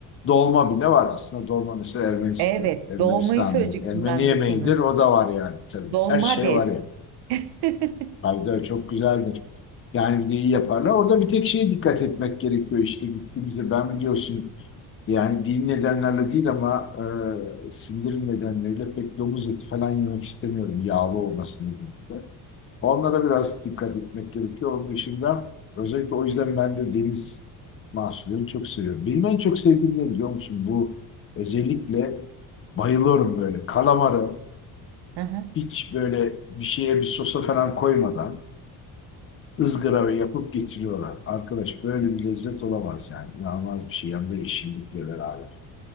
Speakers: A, on the left; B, on the right.
A: Dolma bile var aslında. Dolma mesela Ermenistan,
B: evet
A: Ermenistan
B: dolmayı söyleyecektim
A: yemeği- Ermeni
B: ben
A: yemeğidir.
B: de sana.
A: O da var yani tabii.
B: Dolmades.
A: Her şey var ya.
B: <laughs>
A: Tabii tabii çok güzeldir. Yani bir de iyi yaparlar. Orada bir tek şeye dikkat etmek gerekiyor işte gittiğimizde. Ben biliyorsun yani dini nedenlerle değil ama e, sindirim nedenleriyle pek domuz eti falan yemek istemiyorum. Yağlı olması nedeniyle. Onlara biraz dikkat etmek gerekiyor. Onun dışında özellikle o yüzden ben de deniz mahsullerini çok seviyorum. Benim en çok sevdiğim ne biliyor musun? Bu özellikle bayılıyorum böyle kalamarı
B: Hı hı.
A: hiç böyle bir şeye bir sosa falan koymadan ızgara ve yapıp getiriyorlar. Arkadaş böyle bir lezzet olamaz yani. İnanılmaz bir şey yanında yeşillikle beraber.